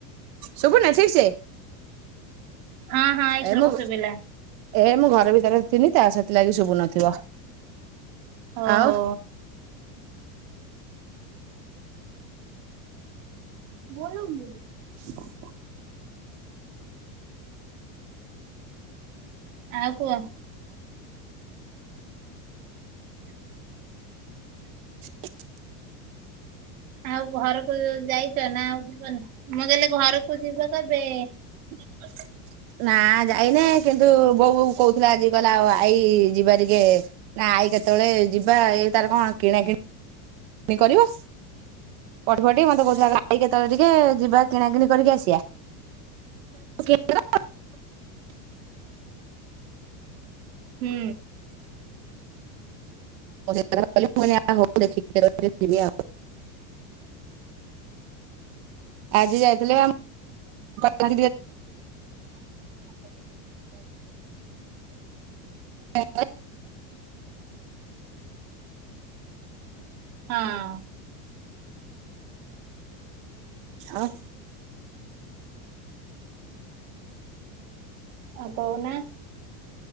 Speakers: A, on the right; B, on the right.
A: ଶୁଭୁନେ ଠିକ ସେ।
B: ହଁ ହଁ ଏଇଥରକ
A: ଏ ମୁଁ
B: ଶୁଭିଲା
A: ଏ ମୁଁ ଘର ଭିତରେ ଥିନି ତା ସେଥିଲାଗି ଶୁଭୁନଥିବ।
B: ଓହୋ।
A: ଆଉ।
B: <inaudible> ଆଉ କୁହ।
A: <inaudible>
B: ଆଉ ଘରକୁ ଯାଇଛ ନା ଆଉ ଯିବନି ମୁଁ କହିଲି ଘରକୁ ଯିବ କେବେ।
A: <inaudible> ନା ଯାଇନେ କିନ୍ତୁ ବୋଉ କହୁଥିଲା ଆଜି କହୁଥିଲା ଆଇ ଯିବା ଟିକେ ନା ଆଇ କେତେବେଳେ ଯିବା ଏଇ ତାର କଣ କିଣା କିଣି ଣି କରିବ ପଠ ପଠି ମତେ କହୁଥିଲା ଆଇ କେତେବେଳେ ଟିକେ ଯିବା କିଣାକିଣି କରିକି ଆସିବା <unintelligible>
B: ହୁଁ।
A: <unintelligible> ଆଜି ଯାଇଥିଲ ବା <unintelligible> <unintelligible>
B: ହଁ।
A: ଆଉ।
B: ଆଉ କହୁନା।